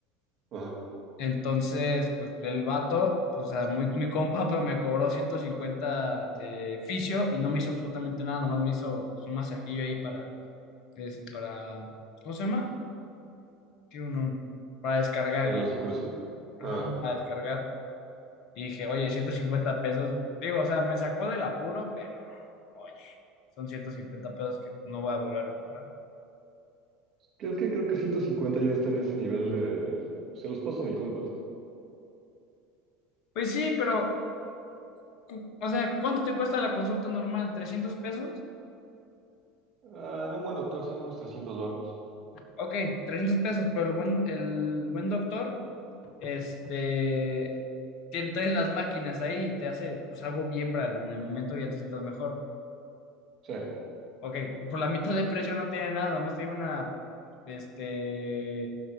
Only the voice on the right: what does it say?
Ajá.
¿Para
la circulación?
Ah.
Es que creo que 150 ya está en ese nivel de... Se los paso a mi compa.
Ah, en un buen doctor sí, unos trescientos varos.
Sí.